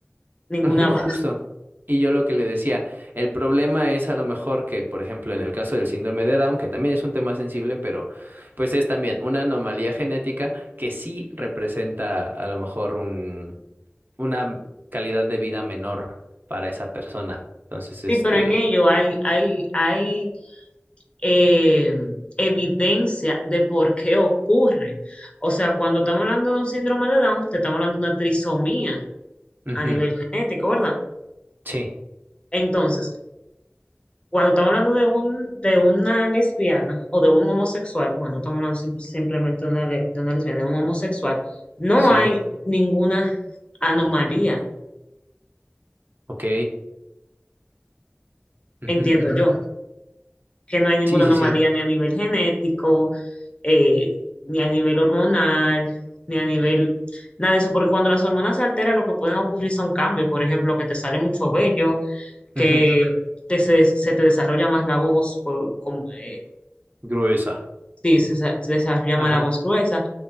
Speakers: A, on the left; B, on the right.
A: ninguna
B: Ujú,
A: base.
B: Justo. Y yo lo que le decía, el problema es a lo mejor que, por ejemplo, en el caso del síndrome de Down, que también es un tema sensible, pero pues es también una anomalía genética que sí representa a lo mejor un, una calidad de vida menor para esa persona. Entonces, este,
A: Sí, pero en ello hay, hay, hay eh, evidencia de por qué ocurre. O sea, cuando estamos hablando de un síndrome de Down, te estamos hablando de una trisomía
B: ujú,
A: a nivel genético, ¿verdad?
B: sí,
A: Entonces, cuando estamos hablando de un, de una lesbiana o de un homosexual, porque no estamos hablando simple- simplemente de una, le- de una lesbiana, de un homosexual, no
B: sí,
A: hay ninguna anomalía,
B: ok, ujú,
A: entiendo
B: ujú,
A: yo. que no hay ninguna
B: Sí, sí,
A: anomalía
B: sí,
A: ni a nivel genético, eh, ni a nivel hormonal, ni a nivel nada de eso, porque cuando las hormonas se alteran, lo que pueden ocurrir son cambios, por ejemplo, que te sale mucho vello, que
B: ujú,
A: te, se, se te desarrolla más la voz, por- como, eh,
B: Gruesa.
A: sí, se, se desarrolla
B: Ajá,
A: más la voz gruesa.